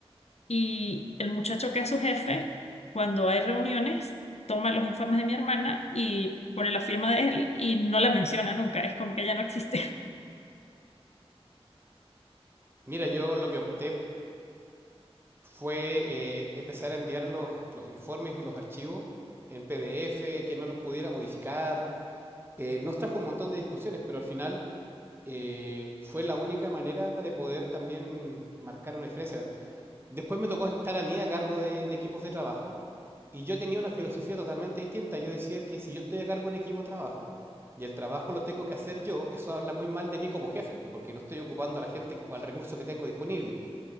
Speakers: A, on the left; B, on the right.
A: Y el muchacho que es su jefe, cuando hay reuniones, toma los informes de mi hermana y pone la firma de él y no la menciona nunca. Es como que ella no existe.
B: Mira, yo lo que opté fue eh, empezar a enviar los, los informes y los archivos en PDF, que no los pudiera modificar, eh, nos trajo un montón de discusiones, pero al final eh, fue la única manera de poder también marcar una diferencia. Después me tocó estar a mí a cargo de, de equipos de trabajo y yo tenía una filosofía totalmente distinta. Yo decía que si yo estoy a cargo de un equipo de trabajo y el trabajo lo tengo que hacer yo, eso habla muy mal de mí como jefe, porque no estoy ocupando a la gente o al recurso que tengo disponible.